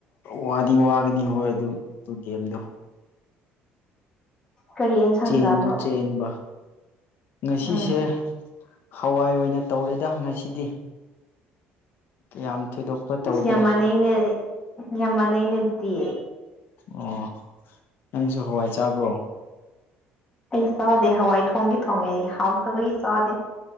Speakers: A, on the left; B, on the left.
A: ꯋꯥ ꯑꯗꯨ ꯋꯥꯒꯅꯤ ꯍꯣꯏ ꯑꯗꯨ ꯒꯦꯝꯗꯣ
B: ꯀꯔꯤ ꯑꯦꯟꯁꯥꯡ
A: ꯆꯦꯟꯗꯨ
B: ꯆꯥꯕ꯭ꯔꯣ
A: ꯆꯦꯟꯕ ꯉꯁꯤꯁꯦ
B: ꯎꯝ
A: ꯍꯋꯥꯏ ꯑꯣꯏꯅ ꯇꯧꯔꯦꯗ ꯉꯁꯤꯗꯤ ꯀꯌꯥꯝ ꯊꯣꯏꯗꯣꯛꯄ ꯇꯧꯗ꯭ꯔꯦ
B: ꯑꯁ ꯌꯥꯝ ꯃꯥꯟꯅꯩꯅꯦ ꯌꯥꯝ ꯃꯥꯟꯅꯩꯅꯦ ꯑꯗꯨꯗꯤ
A: ꯎ ꯑꯣ ꯅꯪꯁꯨ ꯍꯋꯥꯏ ꯆꯥꯕ꯭ꯔꯣ
B: ꯑꯩ ꯆꯥꯗꯦ ꯍꯋꯥꯏ ꯊꯣꯡꯒꯤ ꯊꯣꯡꯉꯦ ꯑꯩ ꯍꯥꯎꯇꯕꯒꯤ ꯆꯥꯗꯦ